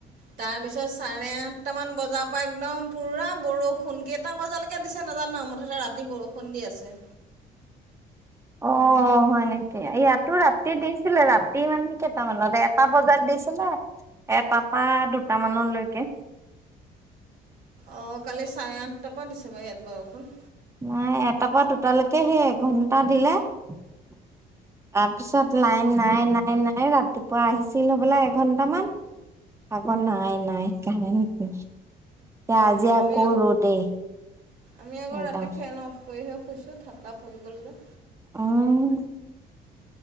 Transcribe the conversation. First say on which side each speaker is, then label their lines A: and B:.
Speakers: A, on the right; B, on the right.
A: তাৰপিছত চাৰে আঠটামান বজাৰ পৰা একদম পূৰা বৰষুণ কেইটা বজালৈকে দিছে নাজানো মুঠতে ৰাতি। বৰষুণ দি আছে।
B: অহ। অ', হয় নেকি? ইয়াতো ৰাতি দিছিলে, ৰাতি মানে কেইটামানত এটা বজাত দিছিলে। এটাৰ পৰা দুটামানলৈকে।
A: অ', কালি চাৰে আঠটাৰ পৰা দিছে বাৰু ইয়াত বৰষুণ।
B: নাই, এটাৰ পৰা দুটালৈকে সেই এঘণ্টা দিলে। তাৰপিছত লাইন নাই নাই নাই, ৰাতিপুৱা আহিছিল হবলা এঘন্টামান। আকৌ নাই নাই কাৰেণ্ট নাই, এতিয়া আজি
A: অঁ
B: আকৌ
A: আমি
B: ৰ'দেই।
A: আমি আকৌ
B: একদম
A: ৰাতি ফেন অফ কৰিহে শুইছো, ঠাণ্ডা পৰি গ'ল যে।
B: অহ।